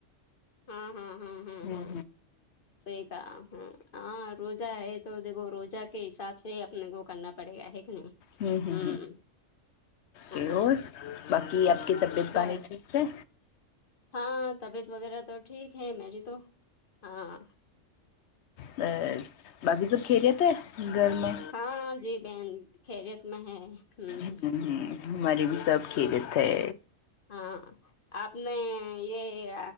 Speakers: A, on the left (about 45°); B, on the left (about 65°).
A: ہاں ہاں ہاں ہاں
B: ہ
A: ہاں صحیح کہا ہاں روزہ ہے تو دیکھو روزہ کے حساب سے اپنے کو کرنا پڑے گا ہے کی نہیں
B: ہمم ہمم
A: ہوں ہاں
B: ہمم اور باقی آپ کی طبیعت
A: بس
B: بانی ٹھ ٹھیک ہے
A: ہاں طبیعت وغیرہ تو ٹھیک ہے میری تو ہاں
B: آ باقی سب خیریت ہے گھر میں
A: ہاں جی بہن خیریت میں ہے ہمم
B: ہوں ہمارے بھی سب خیریت ہے
A: ہاں آپ نے یے